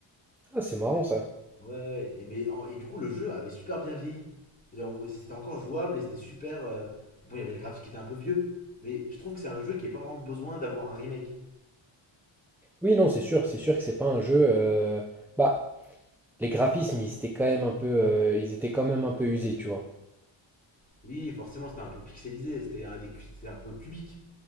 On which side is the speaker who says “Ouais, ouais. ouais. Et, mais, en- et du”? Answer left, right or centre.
Left